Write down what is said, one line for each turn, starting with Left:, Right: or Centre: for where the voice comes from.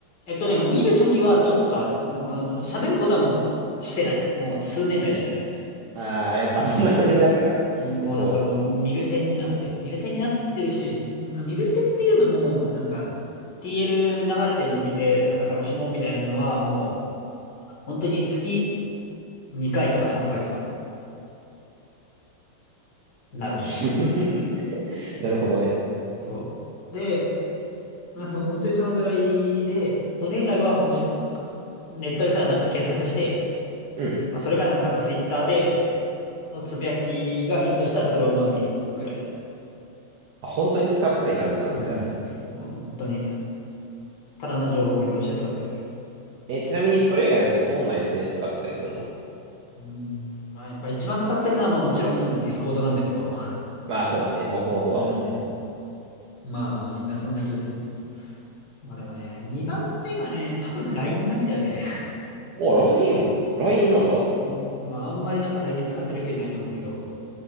Left: えっとね、まあ見るときはちょっとある。もう、あの、喋ることはもうしてない。もう数年来してない。
Right: ああ、やっぱそんな感じになったか。
Left: うんもうなんかもう見る線になってる。
Right: え、そ
Left: 見る線になってるし、うん見る線っていうのも、なんか、TL 流れてんの見て、なんか楽しもうみたいなのは、もう、本当に月2回とか3回とかなるね。
Right: う。好き。<laughs> なるほどね。
Left: そう。で、まあそう、本当にそのぐらいで、それ以外は本当になんか、ネットでさ、なんか検索して、
Right: うん。
Left: まあ、それがなんかツイッターでのつぶやきがヒットしたらそれをまあ見るぐらい。
Right: あ、本当に使ってない感じなんだ、
Left: うん。
Right: じゃあ。
Left: もう本当に、ただの情報源として使ってる。
Right: え、ちなみにそれ以外だとどんな SNS 使ってたりするの
Left: うん。まあ、やっぱ一番使ってるのはまあもちろんディスコードなんだけど、
Right: まあ、そうだね。僕もそうだもんね。
Left: うん。まあまあみんなそんな気がするんだけど。まあでもね、2番目がね、多分 LINE なんだよね。<laughs>
Right: お、LINE。LINE なんだ。
Left: ラインはあんまりなんか最近使ってる人いないと思うけど。